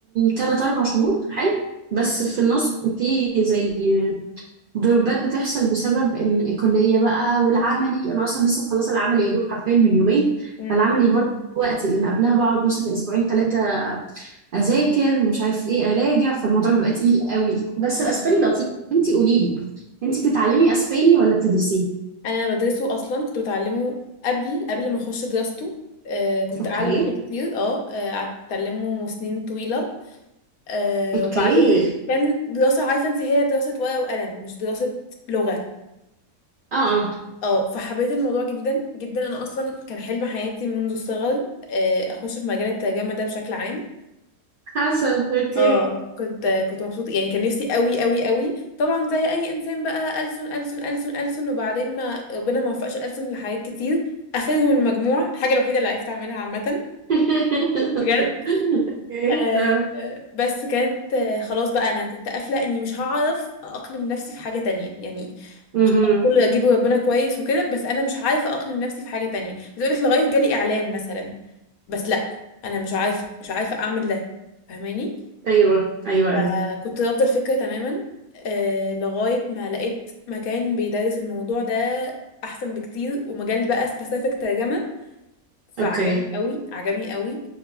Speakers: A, on the right; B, on the left.
A: 3 4 شهور حلو بس
B: مم.
A: في النص في زي ضربات بتحصل بسبب ان الكليه بقى والعملي انا اصلا لسه مخلصه العملي يا دوب حرفيا من يومين
B: مم.
A: فالعملي برضه وقتي لان قبلها بقعد مثلا اسبوعين ثلاثه اذاكر مش عارف ايه اراجع فالموضوع بيبقى تقيل قوي بس الاسباني
B: مم.
A: لطيف انتي قولي لي انتي تتعلمي اسباني ولا بتدرسيه
B: انا بدرسه اصلا كنت بتعلمه قبل قبل ما اخش دراسته آه كنت
A: اوكي
B: قاعدة بقالي كتير اه آه، قعدت اتعلمه سنين طويلة آه
A: اوكي
B: وبعدين كان دراسة عارفة انت هي دراسة ورقة وقلم مش دراسة لغة
A: اه اه
B: اه فحبيت الموضوع جدا جدا انا اصلا كان حلم حياتي منذ الصغر آه اخش في مجال الترجمة ده بشكل عام
A: حسن اوكي
B: اه كنت كنت مبسوطة يعني كان نفسي قوي قوي قوي طبعا زي اي انسان بقى ألسن ألسن ألسن ألسن وبعدين ما ربنا ما وفقش الألسن لحاجات كتير اخرهم المجموع الحاجة الوحيدة اللي عرفت اعملها عامة
A: <laughs>
B: بجد
A: اوكي
B: آه،
A: اه
B: آه، بس كانت آه، خلاص بقى انا كنت قافله اني مش هعرف اقلم نفسي في حاجه تانية يعني
A: مهم.
B: كل اجيب ربنا كويس وكده بس انا مش عارفه اقلم نفسي في حاجه تانية بتقول لك لغايه جالي اعلام مثلا بس لا انا مش عارفه مش عارفه اعمل ده فاهماني
A: ايوه ايوه
B: فكنت
A: ايوه
B: رافضه الفكره تماما آه، لغايه ما لقيت مكان بيدرس الموضوع ده احسن بكتير ومجال بقى سبيسيفيك ترجمه فعجبني
A: اوكي
B: قوي عجبني قوي